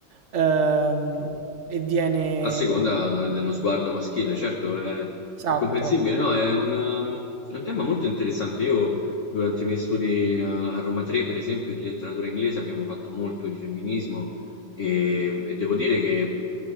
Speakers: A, on the right (about 50°); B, on the left (about 45°).
A: ehm, e viene...
B: A seconda dello sguardo maschile, certo, è,
A: Esatto.
B: è comprensibile. No, è un, ehm, è un tema molto interessante. Io, durante i miei studi a a Roma 3, per esempio, di letteratura inglese, abbiamo fatto molto di femminismo e, e devo dire che